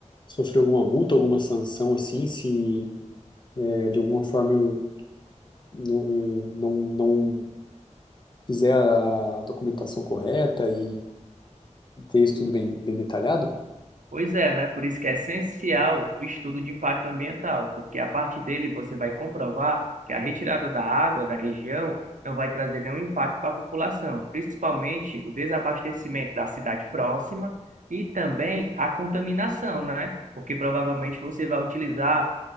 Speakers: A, on the left; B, on the right.
A: sofrer alguma multa, alguma sanção, assim, se é, de alguma forma eu não, eh, não, não fizer a documentação correta e ter isso tudo bem, bem detalhado?
B: Pois é, né? Por isso que é essencial o estudo de impacto ambiental, porque a partir dele você vai comprovar que a retirada da água da região não vai trazer nenhum impacto para a população, principalmente o desabastecimento da cidade próxima e também a contaminação, né? Porque provavelmente você vai utilizar